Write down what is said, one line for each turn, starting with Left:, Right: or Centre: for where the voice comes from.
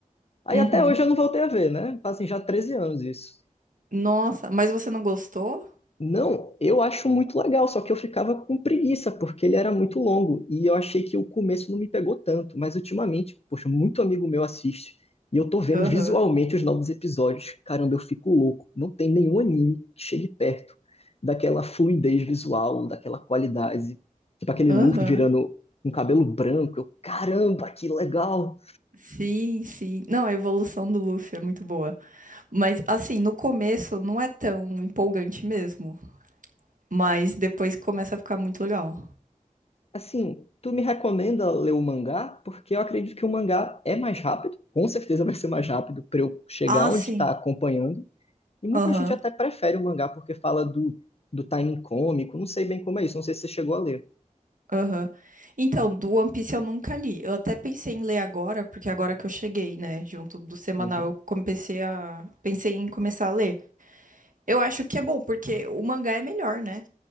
Left: Aí
Right: uhum.
Left: até hoje eu não voltei a ver, né? Fazem já 13 anos isso.
Right: Nossa, mas você não gostou?
Left: Não, eu acho muito legal, só que eu ficava com preguiça, porque ele era muito longo, e eu achei que o começo não me pegou tanto, mas ultimamente, poxa, muito amigo meu assiste, e eu tô vendo
Right: Aham,
Left: visualmente os novos episódios. Caramba, eu fico louco. Não tem nenhum anime que chegue perto daquela fluidez visual, daquela qualidade, tipo aquele
Right: aham.
Left: Luffy virando um cabelo branco. Eu, caramba, que legal!
Right: Sim, sim. Não, a evolução do Luffy é muito boa. Mas, assim, no começo não é tão empolgante mesmo. Mas depois começa a ficar muito legal.
Left: Assim, tu me recomenda ler o mangá? Porque eu acredito que o mangá é mais rápido, com certeza vai ser mais rápido para eu chegar
Right: Ah,
Left: onde
Right: sim.
Left: está acompanhando. E muita
Right: Aham,
Left: gente até prefere o mangá porque fala do, do timing cômico, não sei bem como é isso, não sei se você chegou a ler.
Right: aham. Então, do One Piece eu nunca li. Eu até pensei em ler agora, porque agora que eu cheguei, né, junto do semanal,
Left: Uhum,
Right: eu comecei a... Pensei em começar a ler. Eu acho que é bom, porque o mangá é melhor, né?